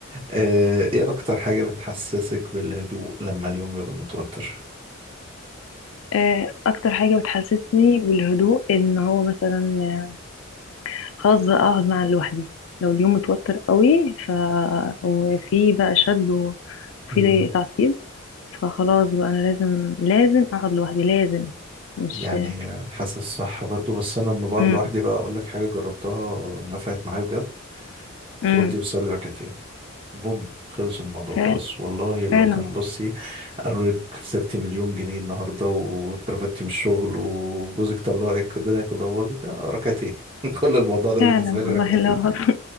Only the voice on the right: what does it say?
آه، ايه اكتر حاجة بتحسسك بالهدوء لما اليوم يبقى متوتر
مم.
يعني آه، حاسس صح برضو بس انا لما بقعد
لوحدي بقى اقول لك حاجة جربتها نفعت معايا بجد
تودي وصلي ركعتين بوم خلص الموضوع خلاص
والله لو
كان بصي قالوا لك خسرتي مليون جنيه النهارده واترفدتي من الشغل وجوزك طلعك الدنيا كلها باظت آه، ركعتين <laughs> كل الموضوع ده
بالنسبه لي
ركعتين